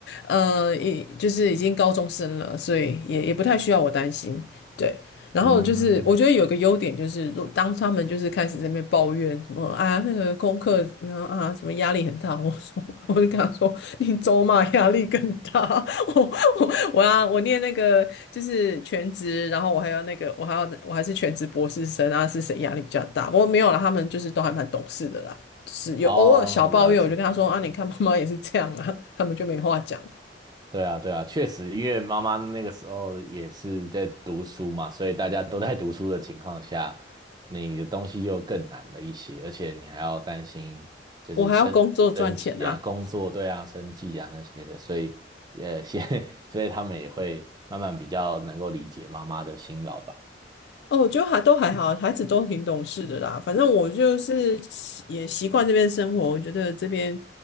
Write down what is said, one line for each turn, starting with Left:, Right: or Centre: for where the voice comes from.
Left: 呃，已就是已经高中生了，所以也也不太需要我担心。对，然后就是我觉得有个优点就是，
Right: 嗯，
Left: 如当他们就是开始在那边抱怨什么啊那个功课，然后啊什么压力很大，<laughs> 我说我就跟他说，你走马压力更大，<laughs> 我我我要我念那个就是全职，然后我还要那个我还要我还是全职博士生啊，是谁压力比较大？不过没有啦，他们就是都还蛮懂事的啦。是有偶尔小抱怨，
Right: 哦，了解了解。
Left: 我就跟他说啊，你看妈妈也是这样啊，他们就没话讲。
Right: 对啊，对啊，确实，因为妈妈那个时候也是在读书嘛，所以大家都在读书的情况下，你的东西又更难了一些，而且你还要担心就是生生计啊、
Left: 我还要工作赚钱啊，
Right: 工作，对啊、生计啊那些的，所以呃，先 <laughs> 所以他们也会慢慢比较能够理解妈妈的辛劳吧。
Left: 哦，我觉得还都还好，孩子都挺懂事的啦。反正我就是习也习惯这边生活，我觉得这边，